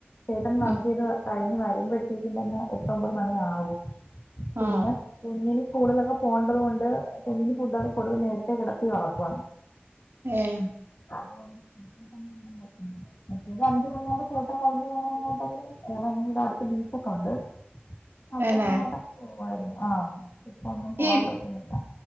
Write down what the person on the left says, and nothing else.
ചേട്ടൻ വർക്ക്
ചെയ്ത് കഴിഞ്ഞ് വരു്പയ് തന്നെ എട്ട് ഒമ്പത് മണി യാവും പിന്നെ
കുഞ്ഞിന് സ്കൂളിലൊക്കെ പോകേണ്ടത് കൊണ്ട് കുഞ്ഞി ഫുഡ്ക്കെ കൊട്ത്ത് നേരത്തെ കിടത്തി ഉറക്കുവാ
അതുകൊണ്ട്ന്നെൻ <inaudible> മറ്റേത് അഞ്ചുമണിയാവുമ്പം ചേട്ടന് വരുമ്പോ ഞങ്ങൾ എങ്ങോട്ടെങ്കിലും എറങ്ങും ഇവിടെ അടുത്ത് ബീച്ചൊക്കെ ണ്ട് അപ്പൊ
അങ്ങോട്ടൊക്കെ പോവായിരുന്നു ആഹ് ഇപ്പൊ ഒന്നും പോവാൻ
പറ്റുന്നില്ല